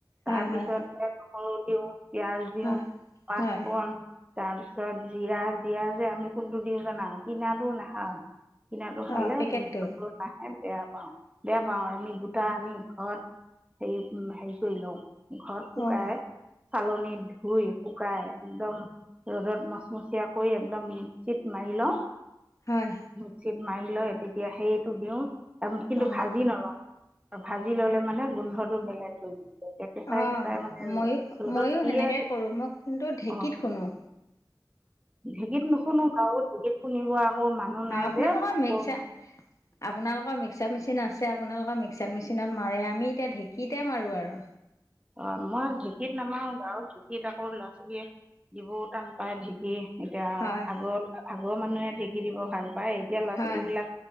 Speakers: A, on the left; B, on the right.
A: হয়
B: তাৰপিছতে
A: হয়
B: অ দ পিয়ঁয়াজ দিওঁ
A: হয়
B: পাঁচফণ
A: হয়
B: তাৰ পিছত জিৰা জিৰা যে আমি কোনটো দিওঁ জানা, কিনাটো নাখাওঁ কিনাটো খালে
A: অঁ পেকেটটো
B: গোন্ধ নাহে। বেয়া পাওঁ। বেয়া পাওঁ, আৰু আমি গোটা আনি ঘৰত, হে উ হেৰি কৰি লওঁ। ঘৰত শুকাই,
A: অঁ
B: চালনী ধুই শুকাই, একদম ৰ'দত মচমচিয়া কৰি, একদম মিক্সিত মাৰি লওঁ
A: হয়
B: মিক্সিত মাৰি লৈ এতিয়া সেইটো দিওঁ, তাক কিন্তু
A: অঁ
B: ভাজি নলওঁ। ল'লে মানে গোন্ধটো বেলেগ হৈ যায়। এতিয়া কেঁচাই
A: অঁহ,
B: কেঁচাই মানে
A: মইো,
B: ৰ'দত
A: মইো
B: দিয়ে
A: সেনেকে কৰো, মই কিন্তু ঢেঁকীত
B: অঁ
A: শুনো।
B: ঢেঁকীত নুশুনো, গাঁৱত শুনিব আৰু অৌ মানুহ নাই
A: আপোনালোকৰ
B: যে, মক
A: মিক্সাৰ আপোনালোকৰ মিক্সাৰ মেচিন আছে, আপোনালোকৰ মিক্সাৰ মেচিনত মাৰে, আমি এতিয়া ঢেঁকীতে মাৰো আৰু।
B: অ <unintelligible> মই ঢেঁকীত নামাও বাৰু কিত আকৌ, ল'ৰা ছোৱালীয়ে যিবোৰ টান পায়, ঠিকে এতিয়া
A: হয়
B: আগৰ আগৰ মানুহে ঢেঁক দিব ভাল পায়, এতিয়া ল'ৰা
A: হয়
B: ছোৱালী বিলাক